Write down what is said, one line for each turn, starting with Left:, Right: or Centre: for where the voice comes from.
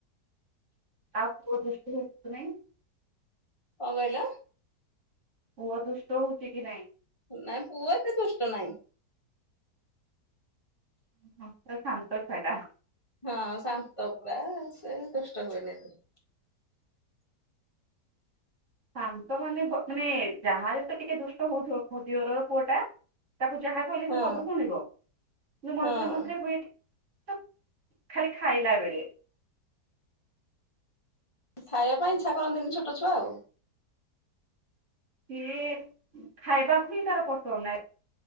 Right: ତା- କୁ- ଦିଷ୍ ହେଇନି।
Left: କଣ କହିଲ
Right: ପୁଅ ଦୁଷ୍ଟ ହଉଛି କି ନାଇଁ।
Left: ନାଇଁ ପୁଅ ଏତେ ଦୁଷ୍ଟ ନହିଁ।
Right: <inaudible> ହ -ତ -ଶନ୍ତ ଛଟା
Left: ହଁ ଶାନ୍ତ ପୁରା ସେ ଦୁଷ୍ଟ ହୁଏନି ଏତ।
Right: ଶନ୍ତ ମାନେ ମାନେ ଯାହାହାର ତ ଟିକେ ଦୁଷ୍ଟ ହଉଥିବ ମୋ ଦିଅରର ପୁଅ ଟା ତାକୁ ଯାହା କହ
Left: ହଁ
Right: ସବୁ ଶୁଣିବ କି ମଝିରେ
Left: ହଁ।
Right: ମଝିରେ <inaudible> ଖାଲି ଖାଇଲା ବେଳେ
Left: ଖାଇବା ପାଇଁ ଇଚ୍ଛା କରନ୍ତିନ ଛୋଟ ଛୁଆ ଆଉ।
Right: ସେ ଖାଇବା ହିଁ ପସନ୍ଦ ନାହିଁ।